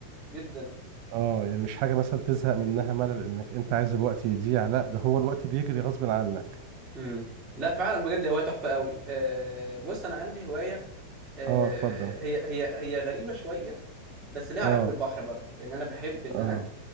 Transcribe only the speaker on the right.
اه يعني مش حاجة مثلا تزهق منها ملل انك انت عايز الوقت يضيع لا ده هو الوقت بيجري غصب عنك
اه اتفضل
اه
اه